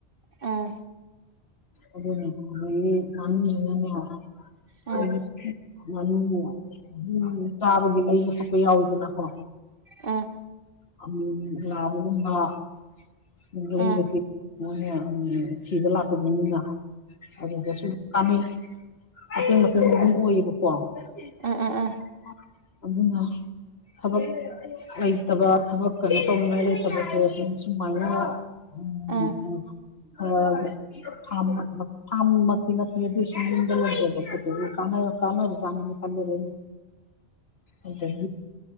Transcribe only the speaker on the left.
ꯎꯝ ꯑꯗꯨꯅꯤ ꯑꯗꯒꯤ ꯉꯥꯅꯨꯖꯤꯅꯅꯦ
<unintelligible>
ꯉꯅꯨꯖꯦ ꯗꯨꯝ ꯆꯥꯕꯒꯤ ꯂꯩꯕ ꯈꯣꯠꯄ ꯌꯥꯎꯋꯤꯗꯅꯀꯣ
ꯑꯃꯨꯃꯨꯛ ꯂꯥꯎꯕꯒꯨꯝꯕ <unintelligible>
ꯃꯣꯏ <unintelligible> ꯊꯤꯕ ꯂꯥꯛꯄꯖꯤꯡꯗꯨꯅ ꯑꯗꯨꯗꯁꯨ ꯀꯥꯅꯩ ꯑꯗꯨ ꯃꯇꯨꯡꯗ ꯑꯗꯨꯝ ꯎꯏꯕꯀꯣ <unintelligible>
ꯑꯗꯨꯅ ꯊꯕꯛ ꯂꯩꯇꯕ ꯊꯕꯛ ꯀꯅꫭ ꯇꯧꯅꯤꯡꯉꯥꯏ ꯂꯩꯇꯕꯁꯦ ꯑꯗꯨꯝ ꯁꯨꯝꯃꯥꯏꯅ <unintelligible>
ꯑ ꯐꯥꯝ ꯐꯥꯝꯃꯛꯇꯤ ꯅꯠꯇꯦ ꯑꯗꯨꯏ ꯌꯨꯝꯗ <unintelligible> ꯈꯣꯠꯄꯖꯦ ꯀꯥꯟꯅ ꯀꯥꯟꯅꯕꯖꯥꯠꯅꯤꯅ ꯈꯜꯂꯦꯕ ꯑꯩꯅ ꯑꯗꯒꯤ